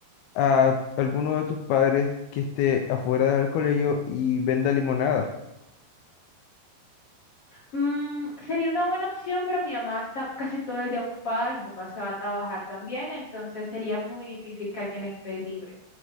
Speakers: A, on the left; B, on the left.
A: a alguno de tus padres que esté afuera del colegio y venda limonada?
B: Mm, sería una buena opción, pero mi mamá está casi todo el día ocupada y mi papá se va a trabajar también, entonces sería muy difícil que alguien esté libre.